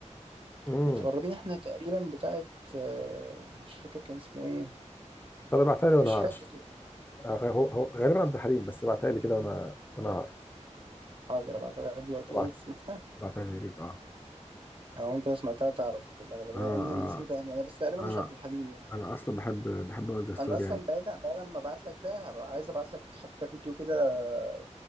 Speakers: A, on the left; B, on the right.
A: امم
B: متغربين احنا تقريبا بتاعت آه، مش فاكر كان اسمه ايه
A: طب ابعتها لي وانا
B: مش
A: هعرف
B: فاكر
A: آه، غ- هو هو غالبا عبد الحليم بس ابعتها لي كده وانا وانا هعرف
B: حاضر ابعتها لك دلوقتي
A: ابعت
B: ايه تسمعها
A: بعتها لي يا ريت اه
B: او انت سمعتها تعرف في الاغلب
A: اه
B: لان
A: اه
B: الاسم ده انا بس تقريبا
A: انا
B: مش عبد الحليم يعني
A: انا اصلا بحب بحب وائل جسار
B: انا اصلا
A: يعني
B: بعيد بعد ما ابعت لك ده هبقى عايز ابعت لك حتى فيديو كده آه،